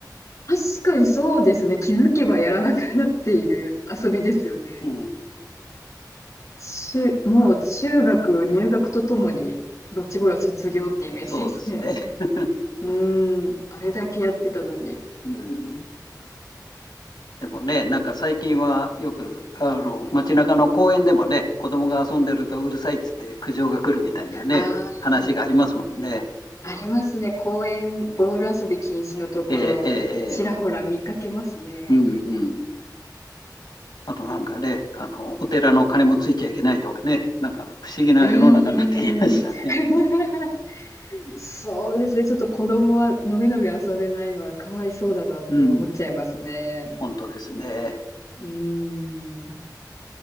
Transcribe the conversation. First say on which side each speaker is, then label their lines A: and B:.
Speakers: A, on the left; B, on the left.
A: 確かにそうですね。気づけばやらなくなっている遊びですよね。
B: うん。
A: 中、もう中学入学とともに、ドッジボールは卒業ってイメージですね。
B: そうですね。
A: <laughs>
B: <laughs>
A: うーん、あれだけやってたのに。
B: うん。でもね、なんか最近はよく、あの、街中の公園でもね、子供が遊んでるとうるさいっつって苦情が来るみたいなね、
A: あ
B: 話がありますもんね。
A: あ、ありますね。公園、ボール遊び禁止のところ、
B: ええええええ
A: ちらほら見かけますね。
B: うんうん。あとなんかね、あの、お寺の鐘もついちゃいけないとかね、なんか不思議な世の中になってきましたね。
A: うーん。<laughs> そうですね。ちょっと子供はのびのび遊べないのはかわいそうだなって思っちゃいますね。
B: うん、本当ですね。
A: うーん。